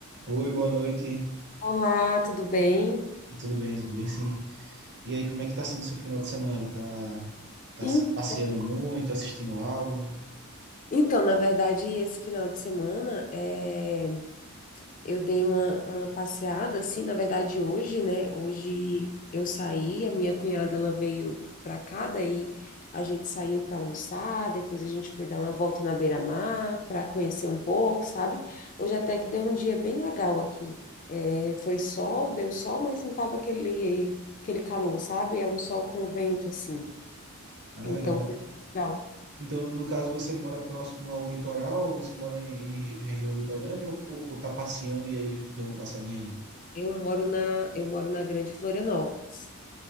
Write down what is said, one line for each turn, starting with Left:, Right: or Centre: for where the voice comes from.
Right: Oi, boa noite.
Left: Olá, tudo bem?
Right: Tudo bem, tudo bem sim. E aí, como é que tá sendo o seu final de semana? Tá, tá
Left: Em-
Right: s- passeando muito, assistindo algo?
Left: Então, na verdade, esse final de semana é, eu dei uma, uma passeada, assim, na verdade, hoje, né? Hoje eu saí, a minha cunhada ela veio pra cá, daí a gente saiu para almoçar, depois a gente foi dar uma volta na beira-mar para conhecer um pouco, sabe? Hoje até que deu um dia bem legal aqui. É, foi sol, deu sol, mas não tava aquele, aquele calor, sabe? É um sol com vento, assim.
Right: Ah,
Left: Então
Right: legal.
Left: foi legal.
Right: Então, no caso, você mora próximo ao litoral? Você mora em, em regi- região litorânea ou, ou, ou tá passeando e aí deu uma passadinha aí?
Left: Eu moro na, eu moro na Grande Florianópolis.